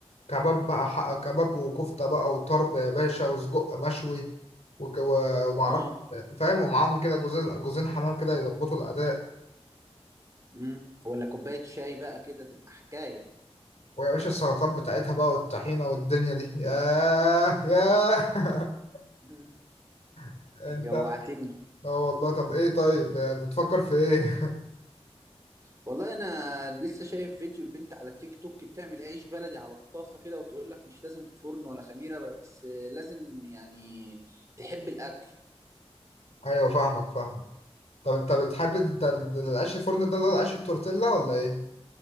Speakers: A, on the left; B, on the right.
A: كباب بقى ح- كباب وكفته بقى وطرب يا باشا وسجق مشوي وك... و- ومعرفش
B: اه
A: فاهم ومعاهم كده جوزين جوزين حمام كده يظبطوا الاداء
B: امم ولا كوبايه شاي بقى كده تبقى حكايه
A: ويا باشا السلطات بتاعتها بقى والطحينه والدنيا دي ياه ياه
B: مم.
A: <laughs> انت
B: جوعتني
A: اه والله طب ايه طيب آه، بتفكر في ايه
B: والله انا لسه شايف فيديو البنت على التيك توك بتعمل عيش بلدي على الطاسه كده وتقول لك مش لازم فرن ولا خميره بس لازم يعني تحب الاكل
A: <laughs> ايوه فاهمك فاهمك طب انت بتحب انت ال- العيش الفرن ده اللي هو العيش التورتيلا ولا ايه